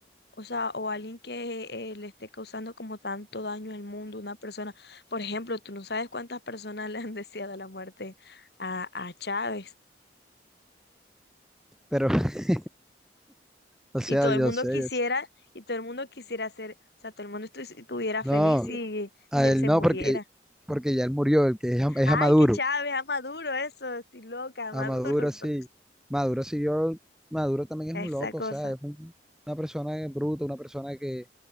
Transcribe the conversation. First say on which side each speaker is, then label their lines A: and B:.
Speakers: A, on the left (about 65°); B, in the centre.
A: o sea, o alguien que eh, le esté causando como tanto daño al mundo, una persona, por ejemplo, tú no sabes cuántas personas <laughs> le han deseado la muerte a, a Chávez.
B: Pero, <laughs> o sea,
A: Y todo
B: yo
A: el mundo
B: sé,
A: quisiera,
B: yo sé.
A: y todo el mundo quisiera ser, o sea, todo el mundo estu- estuviera
B: No,
A: feliz si,
B: a
A: si él
B: él
A: se
B: no,
A: muriera.
B: porque, porque ya él murió, el que es a, es
A: Ay,
B: a Maduro.
A: que Chávez, a Maduro, eso, estoy loca, a
B: A
A: Maduro,
B: Maduro sí.
A: <laughs>
B: Maduro siguió, Maduro también
A: esa
B: es un loco,
A: cosa.
B: o sea, es un- una persona bruta, una persona que,